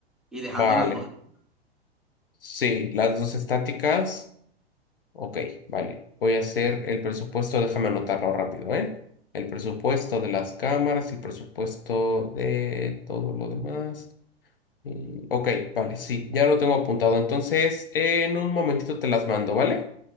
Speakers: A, in the centre; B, on the left.
A: y dejando
B: vale,
A: las dos.
B: sí, las dos estáticas. Ok, vale. Voy a hacer el presupuesto, déjame anotarlo rápido, ¿eh? El presupuesto de las cámaras, el presupuesto de todo lo demás. y- Ok, vale, sí, ya lo tengo apuntado. Entonces, en un momentito te las mando, ¿vale?